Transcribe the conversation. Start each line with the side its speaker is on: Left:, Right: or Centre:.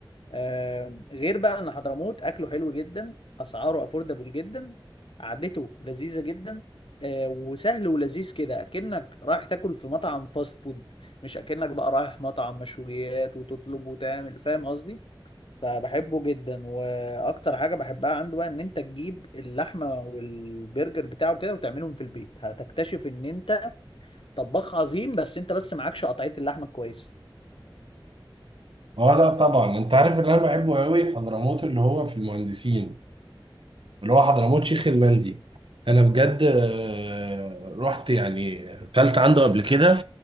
Left: آم، غير بقى ان حضرموت اكله حلو جدا اسعاره افوردبل جدا قعدته لذيذه جدا آه، وسهل ولذيذ كده اكنك رايح تاكل في مطعم فاست فود مش اكنك بقى رايح مطعم مشويات وتطلب وتعمل فاهم قصدي فبحبه جدا واكتر حاجه بحبها عنده بقى ان انت تجيب اللحمه والبرجر بتاعه كده وتعملهم في البيت هتكتشف ان انت طباخ عظيم بس انت بس معكش قطعيه اللحمه كويس
Right: اه لا طبعا انت عارف اللي انا بحبه قوي حضرموت اللي هو في المهندسين اللي هو حضرموت شيخ المندي انا بجد آه، رحت يعني اكلت عنده قبل كده